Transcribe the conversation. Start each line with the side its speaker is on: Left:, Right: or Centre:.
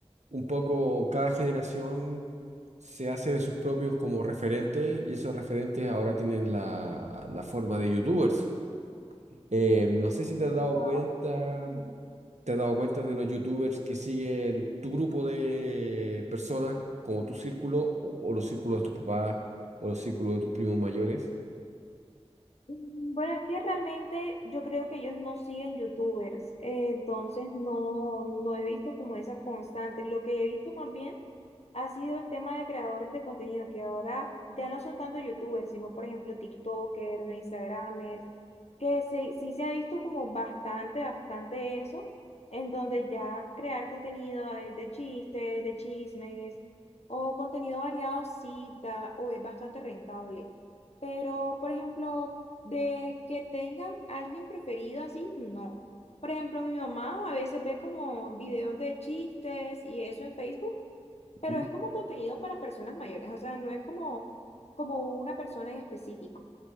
Right: un poco cada generación se hace de sus propios como referentes y esos referentes ahora tienen la, la forma de youtubers. Eh, no sé si te has dado
Left: Ahora.
Right: cuenta,
Left: pues,
Right: te has dado cuenta de los youtubers que siguen tu grupo de personas, como tu círculo, o, o los círculos de tus papás, o los círculos de tus primos mayores.
Left: Mm, Bueno, es que realmente yo creo que ellos no siguen youtubers, eh, entonces no, no he visto como esa constante. Lo que he visto más bien ha sido el tema de creadores de contenido, que ahora ya no son tanto youtubers, sino por ejemplo TikTokers, Instagramers, que se, sí se ha visto como bastante, bastante eso, en donde ya crear contenido eh, de chistes, de chismes o contenido variado sí da o es bastante rentable. Pero, por ejemplo, de que tengan alguien preferido así, no. Por ejemplo, mi mamá a veces ve como videos de chistes y eso en Facebook,
Right: Ujú.
Left: pero es como contenido para personas mayores, o sea, no es como, como una persona en específico.